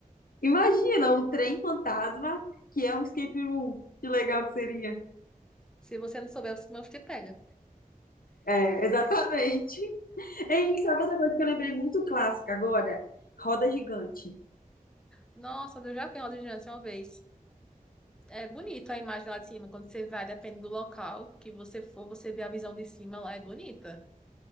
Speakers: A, on the left; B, in the centre.
A: Imagina
B: Ia.
A: um trem fantasma que é um escape room. Que legal que seria.
B: Se você não souber, os mãos te pega.
A: É, exatamente. <laughs> É isso, sabe outra coisa que eu lembrei muito clássica agora? Roda gigante.
B: Nossa, eu já vi uma audiência uma vez. É bonito a imagem lá de cima, quando você vai, depende do local que você for, você vê a visão de cima lá, é bonita.